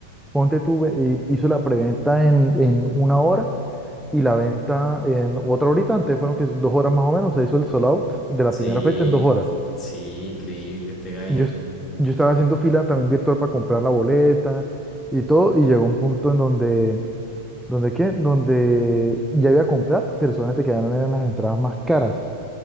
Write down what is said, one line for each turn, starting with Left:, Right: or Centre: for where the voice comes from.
Centre: Ponte tú, ve- eh, hizo la preventa en, en una hora y la venta en otra horita, antes fueron que dos horas más o menos, se hizo el sold out de la
Left: Sí,
Centre: primera fecha en dos horas.
Left: sí, increíble este gallo.
Centre: Yo, es- yo estaba haciendo fila también virtual para comprar la boleta y todo, y llegó un punto en donde, ¿donde qué? Donde ya iba a comprar, pero solamente quedaron eran las entradas más caras,